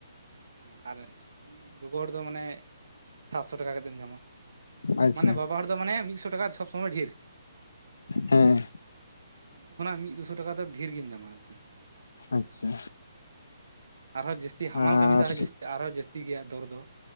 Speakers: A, on the right; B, on the left.
A: ᱦᱮᱸ ᱟᱨ ᱜᱚᱜᱚ ᱦᱚᱲ ᱫᱚ ᱢᱟᱱᱮ ᱥᱟᱛᱥᱚ ᱴᱟᱠᱟ ᱠᱟᱛᱮᱢ ᱧᱟᱢᱟ᱾
B: ᱟᱪᱪᱷᱟ
A: ᱢᱟᱱᱮ ᱵᱟᱵᱟ ᱦᱚᱲ ᱫᱚ ᱢᱟᱱᱮ ᱢᱤᱫᱥᱚ ᱴᱟᱠᱟ ᱥᱚᱵᱥᱚᱢᱚᱭ ᱰᱷᱤᱨ᱾
B: ᱦᱮᱸ
A: ᱩᱱᱠᱩ ᱠᱷᱚᱱᱟᱜ ᱢᱤᱫ ᱫᱩ ᱥᱚ ᱴᱟᱠᱟ ᱫᱚ ᱰᱷᱮᱨ ᱜᱮᱢ ᱧᱟᱢᱟ ᱟᱨᱠᱤ᱾
B: ᱟᱪᱪᱷᱟ
A: ᱟᱨᱦᱚᱸ ᱡᱟᱹᱥᱛᱤ ᱦᱟᱢᱟᱞ
B: ᱟᱨ
A: ᱠᱟᱹᱢᱤ ᱫᱚ ᱟᱨᱦᱚᱸ ᱡᱟᱹᱥᱛᱤ ᱟᱨᱦᱚᱸ ᱡᱟᱹᱥᱛᱤ ᱜᱮᱭᱟ ᱫᱚᱨ ᱫᱚ᱾